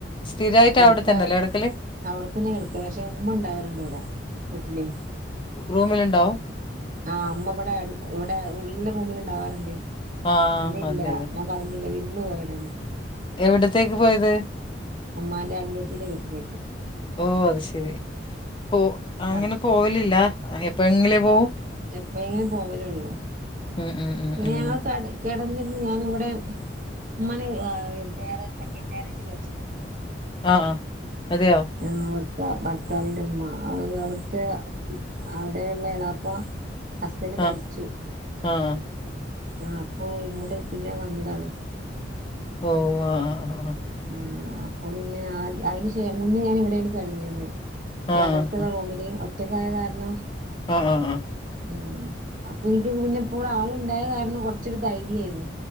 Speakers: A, on the left; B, on the right.
A: സ്ഥിരായിട്ട്
B: കിടക്കാൻ,
A: അവിടെ തന്നെല്ലേ കെടക്കല്
B: അവിടെത്തന്നെ കടുക്ക. പക്ഷെ ഉമ്മ ഉണ്ടാവാറുണ്ട് ഇവിടെ വീട്ടില്.
A: <unintelligible> റൂമില്ണ്ടാവും.
B: ആഹ് മ്മവടെ ഇവിടെ ഉള്ള്ലെ റൂമില്ണ്ടാവാറ്ണ്ട്.
A: ആഹ്
B: ന്നില്ല.
A: അതെ അതെ.
B: ഞാൻ പറഞ്ഞിലേ വിരുന്ന് പോയതാണ്.
A: എവിടത്തേക്ക് പോയത്?
B: ഉമ്മാന്റെ അനിയത്തിന്റെ വീട്ടിലേക്ക്.
A: ഓ അത് ശരി. പോ അങ്ങനെ
B: അപ്
A: പോവലില്ല? എ എപ്പെഴെങ്കിലേ പോവൂ?
B: എപ്പഴെങ്കിലും പോവലൊള്ളൂ.
A: ഉം ഉം ഉം. ഉം.
B: ഞങ്ങൾ കെട കെടന്നിര്ന്ന്‌. ഞാനിവടെ ഉമ്മാനെ ഏഹ് വേറെ സെക്കൻഡ് മാരേജ് കഴിച്ചതാണ്.
A: ആഹ് അതെയോ.
B: ഇവട്ത്തെ ഭർത്താവിന്റെ ഉമ്മ അത് അവിട്ത്തെ. ഇപ് അവിടെ ഇള്ള എളാപ്പ ഹസ്ബൻഡ്
A: ആഹ്
B: മരിച്ചു.
A: ആഹ്
B: ആഹ് അപ്പൊ ഇങ്ങട് പിന്നെ വന്നതാണ്.
A: ഓഹ് ആഹ് ഹാ ഹാ
B: ഉം. അപ്പം പിന്നെ ആ അയ്ന് ശേ മുന്നേ ഞാന് ഇവിടേണ് കെട്ന്നീര്ന്നെ.
A: ആഹ്
B: ഈ അകത്ത്ള്ള റൂമില് ഒറ്റക്കായ കാരണം.
A: ആഹ് ആഹ് ആഹ്.
B: ഉം. അപ്പൊ ഇൻക്കി ഇപ്പവടെ ആള് ണ്ടായ കാരണം കൊർചൊര് ധൈര്യേര്ന്നു.